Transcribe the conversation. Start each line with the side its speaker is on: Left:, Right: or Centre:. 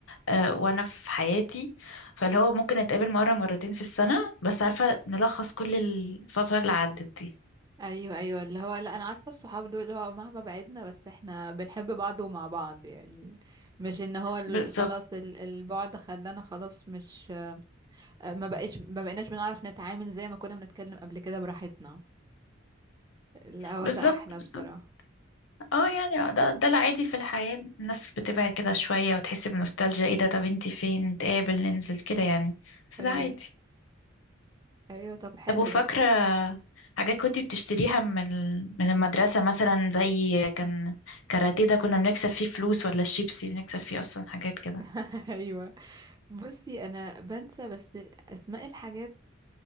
Left: اه وأنا في حياتي فاللي هو ممكن نتقابل مرة مرتين في السنة بس عارفة نلخص كل الفترة اللي عدت دي
Right: ايوه ايوه اللي هو لا انا عارفة الصحاب دول اللي هو مهما بعدنا بس احنا بنحب بعض ومع بعض يعني مش ان هو ال-
Left: بالظبط
Right: خلاص ال- البعد خلانا خلاص مش ما بقيش ما بقيناش بنعرف نتعامل زي ما كنا بنتكلم قبل كده براحتنا لا هو
Left: بالظبط
Right: ده احلى
Left: بالظبط
Right: بصراحة
Left: اه يعني ده ده العادي في الحياة الناس بتبعد كده شوية وتحس بنوستالجيا ايه ده طب انتي فين نتقابل ننزل كده يعني بس
Right: ايوه
Left: ده عادي
Right: ايوه طب حلو
Left: طب وفاكرة
Right: بس
Left: حاجات كنت بتشتريها من ال- من المدرسة مثلا زي كان كاراتيه ده كنا بنكسب فيه فلوس ولا الشيبسي بنكسب فيه أصلا حاجات كده
Right: <laughs> ايوه بصي انا بنسى بس اسماء الحاجات